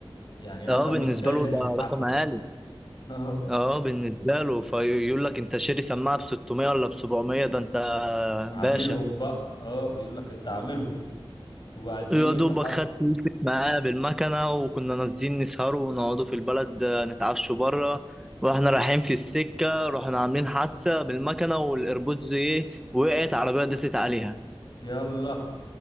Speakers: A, on the left; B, in the centre.
A: يعني رقم
B: اه بالنسبه
A: يستاهل
B: له
A: انه
B: ده
A: يتحسد
B: رقم عالي
A: <laughs> اه
B: اه بالنسبه له فيقول لك انت شاري سماعه ب 600 ولا ب 700 ده انت
A: عاملهم
B: باشا
A: بقى اه يقول لك انت عاملهم وبعدين
B: يا
A: إيه
B: دوبك
A: اللي حصل
B: خدت يوسف معاه بالمكنة وكنا نازلين نسهروا ونقعدوا في البلد آه، نتعشوا بره واحنا رايحين في السكة رحنا عاملين حادثة بالمكنة والايربودز ايه وقعت عربية دست عليها
A: يلا